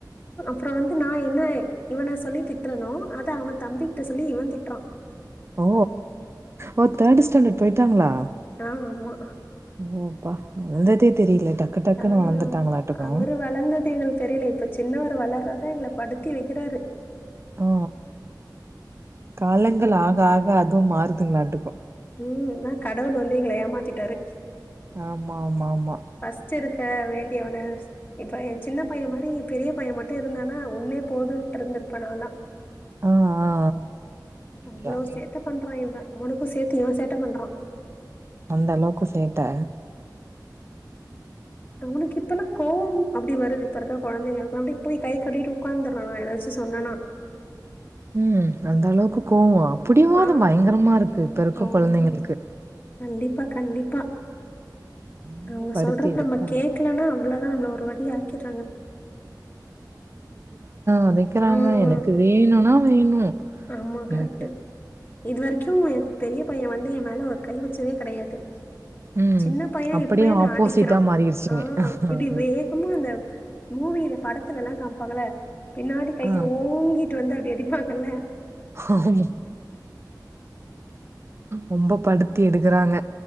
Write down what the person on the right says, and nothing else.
ஓ ஓ தேர்டு ஸ்டாண்டர்ட் போயிட்டாங்களா
ஓ அப்பா வளந்ததே தெரியல டக்கு டக்குன்னு
வளந்துட்டாங்களாட்டுக்கு
ஓ காலங்கள் ஆக ஆக அதுவு மாறுதுங்களாட்டுக்கு
ஆமா ஆமா ஆமா
ஆ ஆ ஆ
அதான்.
அந்த அளவுக்கு சேட்டா
உம் அந்த அளவுக்கு கோவோ பிடிவாதோ
பயங்கரமா இருக்கு இப்ப இருக்க
கொழந்தைங்களுக்கு
ரொம்ப
படுத்தி
எடுக்குறாங்க
ஒதைக்குறாங்க
எனக்கு வேணுனா வேணு
எனக்கு
ம்
அப்படியே
ஆப்போசிட்டா
மாறிருச்சுங்க
ஆ
ஆ
ஆமா ரொம்ப படுத்து தி எடுக்குறாங்க